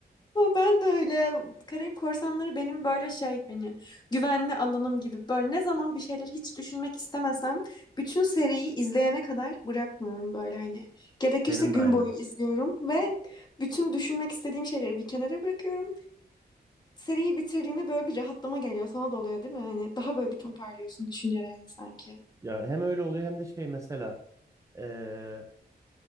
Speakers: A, on the left; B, on the right.
A: Ama Ben de öyle. Karayip Korsanları benim böyle şey hani güvenli alanım gibi. Böyle ne zaman bir şeyleri hiç düşünmek istemesem bütün seriyi izleyene kadar bırakmıyorum böyle hani. Gerekirse
B: Benim
A: gün
B: de aynı.
A: boyu izliyorum ve bütün düşünmek istediğim şeyleri bir kenara bırakıyorum. seriyi bitirdiğimde böyle bir rahatlama geliyor. Sana da oluyor değil mi? Hani daha böyle bir toparlıyorsun düşüncelerini sanki.
B: Ya hem öyle oluyor hem de şey mesela eee